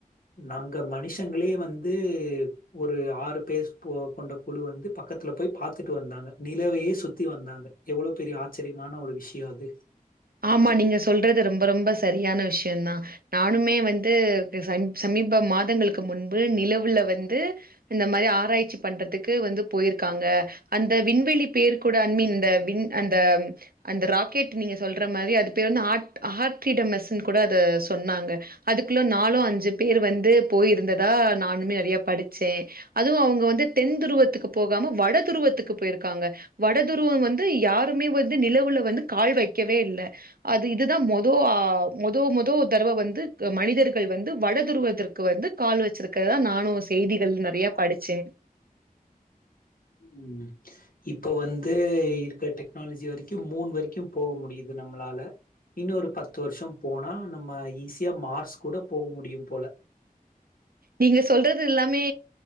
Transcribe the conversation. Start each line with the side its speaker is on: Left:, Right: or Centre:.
Left: நாங்க மனுஷங்களே வந்து ஒரு ஆறு பேர் போ கொண்ட குழு வந்து பக்கத்துல போய் பாத்துட்டு வந்தாங்க நிலவையே சுத்தி வந்தாங்க எவ்ளோ பெரிய ஆச்சரியமான ஒரு விஷயோ யாது
Right: ஆமா நீங்க சொல்றது ரொம் ரொம்ப ரொம்ப சரியான விஷயோ தா நானுமே வந்து சம் சமீப மாதங்களுக்கு முன்பு நிலவுல வந்து இந்த மாதிரி ஆராய்ச்சி பண்றதுக்கு வந்து போயிருக்காங்க அந்த விண்வெளி பேர் கூட அண்மீன் அந்த விண் அந்த அந்த ராக்கெட் நீங்க சொல்ற மாரி அது பேர் வந்து ஆட் ஆட்டீடமெஸ்னு கூட அத சொன்னாங்க அதுக்குள்ள நாலோ அஞ்சு பேர் வந்து போயிருந்ததா நானுமே நெறைய படிச்சே அதுவும் அவுங்க வந்து தென் துருவத்துக்கு போகாம வட துருவத்துக்கு போயிருக்காங்க வட துருவம் வந்து யாருமே வந்து நிலவுல வந்து கால்வெக் கவே இல்ல அது இதுதா மொதோ ஆஹ் மொதோ மொதோ தடவ வந்து மனிதர்கள் வந்து வடதுருவதற்கு வந்து கால் வெச்சிருக்கிறதுதா நானு செய்திகள் நெறைய படிச்சே
Left: ம் இப்ப வந்து இருக்கற டெக்னாலஜி வரைக்கு மூன் வரைக்கு போக முடியுது நம்ளால இன்னு ஒரு பத்து வருஷோ போனா நம்ம ஈஸியா மார்ஸ் கூட போக முடியும் போல
Right: நீங்க சொல்றது எல்லாமே